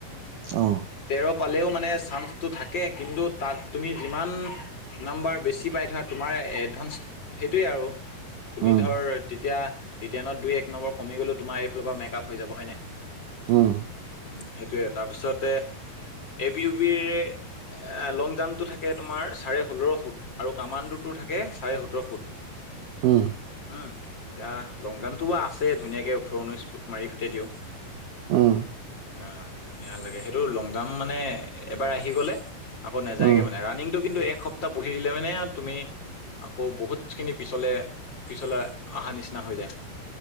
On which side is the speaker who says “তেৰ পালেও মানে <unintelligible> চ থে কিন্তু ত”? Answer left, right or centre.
Left